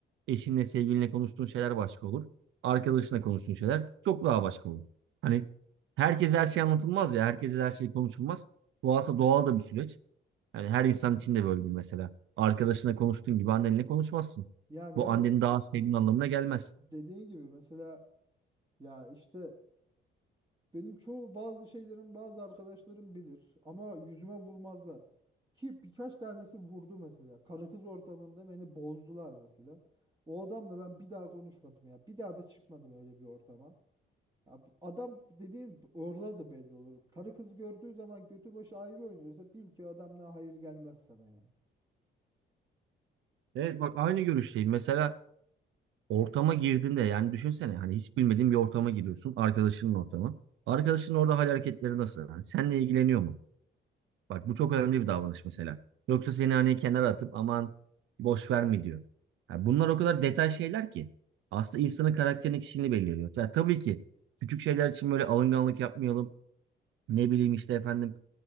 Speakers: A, on the right; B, on the right.
A: Eşinle, sevgilinle konuştuğun şeyler başka olur. Arkadaşınla konuştuğun şeyler çok daha başka olur. Hani herkese her şey anlatılmaz ya, herkese her şey konuşulmaz. Bu aslında doğal da bir süreç. Yani her insan için de böyledir mesela. Arkadaşına konuştuğun gibi annenle konuşmazsın.
B: Yani
A: Bu
B: evet
A: anneni daha az sevdiğin anlamına gelmez.
B: dediğin gibi mesela ya işte benim çoğu bazı şeylerim bazı arkadaşlarım bilir ama yüzüme vurmazlar. Ki birkaç tanesi vurdu mesela. Karı kız ortamında beni bozdular mesela. O adamla ben bir daha konuşmadım ya. Bir daha da çıkmadım öyle bir ortama. Ya bu adam dediğin orada da belli olur. Karı kız gördüğü zaman götü başı ayrı oynuyorsa bil ki o adamdan hayır gelmez sana ya.
A: Evet bak aynı görüşteyim. Mesela ortama girdiğinde yani düşünsene hani hiç bilmediğin bir ortama giriyorsun. Arkadaşının ortamı. Arkadaşının orada hal hareketleri nasıl? Yani seninle ilgileniyor mu? Bak bu çok önemli bir davranış mesela. Yoksa seni hani kenara atıp aman boş ver mi diyor. Yani bunlar o kadar detay şeyler ki. Aslında insanın karakterini kişiliğini belirliyor. Yani tabii ki küçük şeyler için böyle alınganlık yapmayalım. Ne bileyim işte efendim